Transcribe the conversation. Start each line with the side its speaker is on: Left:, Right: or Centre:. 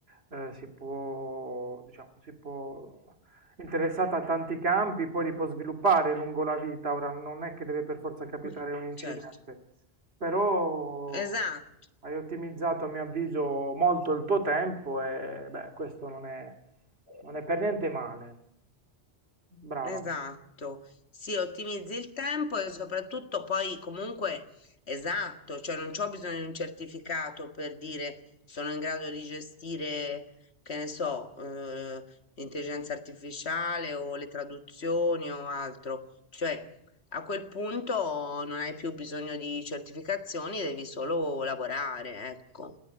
Right: eh, si può, diciamo, si può, interessata a tanti campi, poi li può sviluppare lungo la vita. Ora non è che deve per forza capitare
Left: Mm,
Right: un incidente.
Left: certo.
Right: però
Left: Esatto.
Right: hai ottimizzato a mio avviso molto il tuo tempo e beh, questo non è, non è per niente male. Brava,
Left: Esatto, sì, ottimizzi il tempo e soprattutto poi comunque esatto, cioè non c'ho bisogno di un certificato per dire sono in grado di gestire, che ne so, eh, l'intelligenza artificiale o le traduzioni o altro, cioè a quel punto non hai più bisogno di certificazioni, devi solo lavorare, ecco,